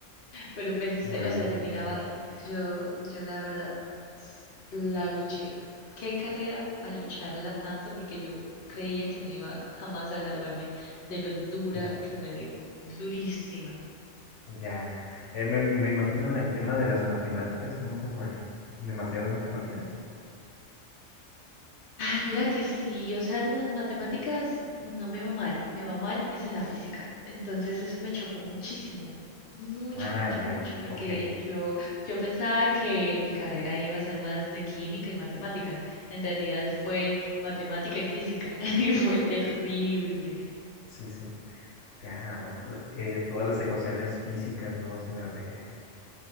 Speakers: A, on the left (about 50°); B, on the left (about 70°).
A: Pero pensé,
B: muy bien,
A: o sea, yo
B: muy
A: miraba,
B: bien.
A: yo, yo la verdad s- la luché. ¿Qué carrera para lucharla tanto? Porque yo creía que no iba jamás a graduarme de lo dura
B: Mm,
A: que me dio, durísima.
B: Ya. Eh, me, me imagino en el tema de las matemáticas, ¿cómo te fue? ¿Demasiadas matemáticas?
A: Ay, mira que sí, o sea, en las matemáticas no me va mal, me va mal es en la física. Entonces eso me chocó muchísimo, mucho,
B: Ah,
A: mucho,
B: ya,
A: mucho, porque
B: ok.
A: yo, yo pensaba que mi carrera iba a ser más de química y matemática. En realidad fue matemática y física <laughs> y fue terrible.
B: Sí, sí. Ya, o- eh, todas las ecuaciones físicas, ¿no? O sea, de